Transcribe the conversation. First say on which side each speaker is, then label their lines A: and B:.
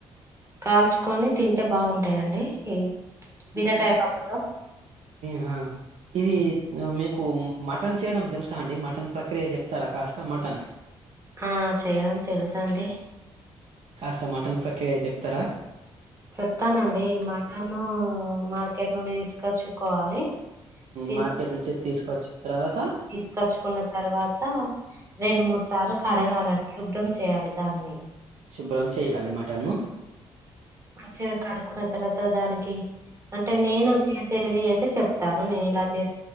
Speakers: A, on the right; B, on the right.
A: కాల్చుకొని తిం అంటే బాగుంటాయండి ఈ బీరకాయ పప్పుతో
B: హా ఇది మీకు మటన్ చేయడం తెలుసా అండి మటన్ ప్రక్రియ చెప్తారా కాస్త మటన్
A: ఆ చేయడం తెలుస అండి
B: కాస్త మటన్ ప్రక్రియ చెప్పు తర
A: చెప్తానండి మటను మార్కెట్ నుండి ఇస్ తీసుకొచ్చుకోవాలి తీ
B: మార్కెట్ నుంచి తీసుకొచ్చిన తర్వాత
A: తీసుకొచ్చుకున్న తర్వాత రెండు మూడు సార్లు కడగాలం శుభ్రం చేయాలి దానిని
B: శుభ్రం చేయాలి మటన్ను
A: మంచిగా కడుక్కున్న తర్వాత దానికి అంటే నేను చేసేది అయితే చెప్తాను నేను ఇలా చేస్త